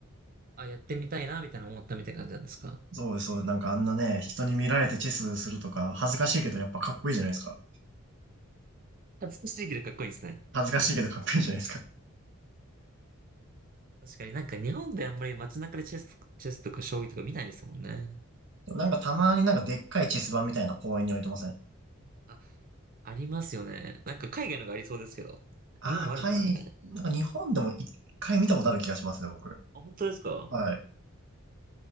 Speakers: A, on the right; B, on the right.
A: あ、やってみたいな、みたいな思ったみたいな感じなんですか
B: そうです、そうです。なんかあんなね、人に見られてチェスするとか、恥ずかしいけどやっぱかっこいいじゃないですか。
A: 恥ずかしいけどかっこいいですね。
B: 恥ずかしいけどかっこいいじゃないですか。
A: 確かになんか日本であんまり街中でチェス、チェスとか将棋とか見ないですもんね。
B: でもなんかたまになんかでっかいチェス盤みたいな公園に置いてません
A: あ、ありますよね。なんか海外のがありそうですけど。
B: ああー、
A: 日本もあるんですかね
B: 海、なんか日本でも一回見たことある気がしますね、僕。
A: あ、本当ですか
B: はい。う